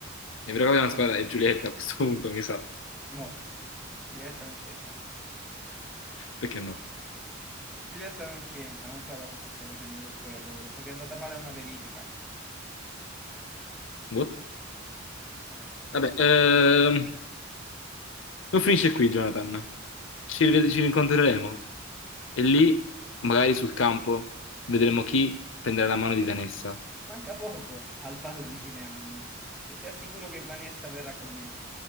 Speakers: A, on the left (about 75°); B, in the centre.
A: È vero che una squadra è Giulietta a questo punto, mi sa.
B: No, <laughs> Giulietta non c'entra.
A: Perché no?
B: Giulietta non c'entra, non so cosa stesse facendo lo spogliatoio, so che è andata male una verifica.
A: What?
B: Eh,
A: Vabbè, ehm, non finisce qui, Jonathan. Ci, rived- ci rincontreremo e lì, magari sul campo, vedremo chi prenderà la mano di Vanessa.
B: manca poco al ballo di fine anno e ti assicuro che Vanessa verrà con me.